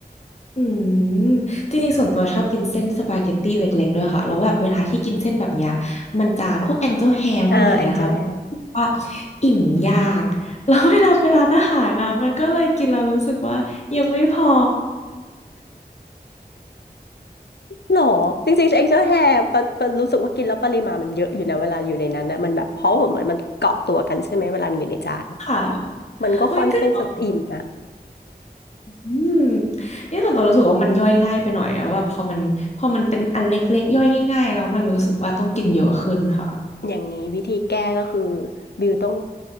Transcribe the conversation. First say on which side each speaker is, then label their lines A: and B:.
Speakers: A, on the left; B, on the left.
A: อืมจริงๆส่วนตัวชอบกินเส้นสปาเกตตี้เล็กๆด้วยค่ะแล้วแบบเวลาที่กินเส้นแบบเนี้ยมันจะพวกแองเจิลแฮร์พวกอะไรอย่างเงี้ยค่ะ
B: อ่าแองเจิลแฮ
A: ว่าอิ่มยาก <laughs> แล้วเวลาไปร้านอาหารนะมันก็เลยกินแล้วรู้สึกว่ายังไม่พอ
B: หรอจริงๆเอ็กซ์ตร้าแฮร์ปะปะรู้สึกว่ากินแล้วปริมาณมันเยอะอยู่นะเวลาอยู่ในนั้นนะมันแบบเพราะว่าเหมือนมันเกาะตัวกันใช่ไหมเวลามันอยู่ในจานน่ะ
A: ค่ะ
B: มันก็ค่อนข้างจะอิ่มนะ
A: โอ้ยจริงเหรออืมนี่ส่วนตัวรู้สึกว่ามันย่อยง่ายไปหน่อยอะว่าพอมันพอมันเป็นอันเล็กๆย่อยง่ายๆแล้วมันรู้สึกว่าต้องกินเยอะขึ้นค่ะ
B: <laughs> อย่างนี้วิธีแก้ก็คือบิวต้อง